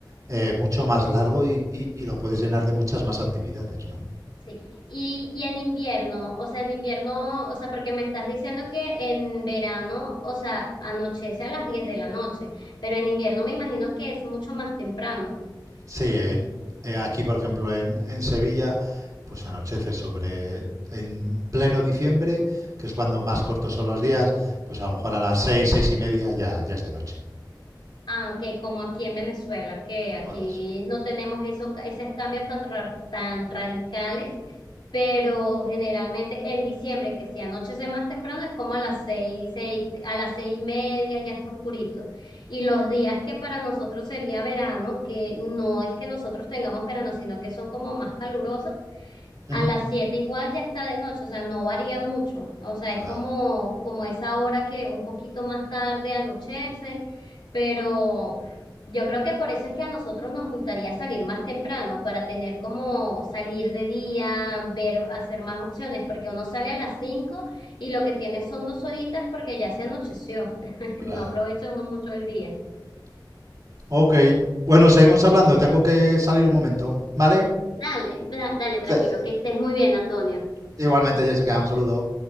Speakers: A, on the right; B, on the left.
A: eh, mucho más
B: mm.
A: largo y, y- y lo puedes llenar de muchas más actividades, ¿no?
B: Sí, y, y en invierno, o sea, en invierno, o sea, porque me estás diciendo que en verano, o sea, anochece a las 10 de la noche, pero en invierno me imagino que es mucho más temprano.
A: Sí, en- eh, aquí por ejemplo en, en Sevilla, pues anochece sobre, en pleno diciembre, que es cuando más cortos son los días, pues a lo mejor a las seis, seis y media ya, ya es de noche.
B: Ah, ok, como aquí en Venezuela, que aquí
A: Por eso.
B: no tenemos esos, esos cambios tan, ra- tan radicales, pero generalmente en diciembre, que si anochece más temprano, es como a las seis, seis- a las seis y media ya está oscurito. Y los días que para nosotros sería verano, que no es que nosotros tengamos verano, sino que son como más calurosos,
A: Ujú.
B: a las 7 igual ya está de noche, o sea, no varía mucho. O sea,
A: Claro,
B: es como, como esa hora que un poquito más tarde anochece, pero yo creo que por eso es que a nosotros nos gustaría salir más temprano, para tener como salir de día, ver, hacer más opciones, porque uno sale a las 5 y lo que tiene son dos horitas porque ya se anocheció. <laughs>
A: claro.
B: No aprovecha uno mucho el día.
A: Ok, bueno, seguimos hablando, tengo que salir un momento, ¿vale?
B: Dale, da- dale, tranquilo,
A: Te-
B: que estés muy bien, Antonio.
A: Igualmente, Jessica, un saludo.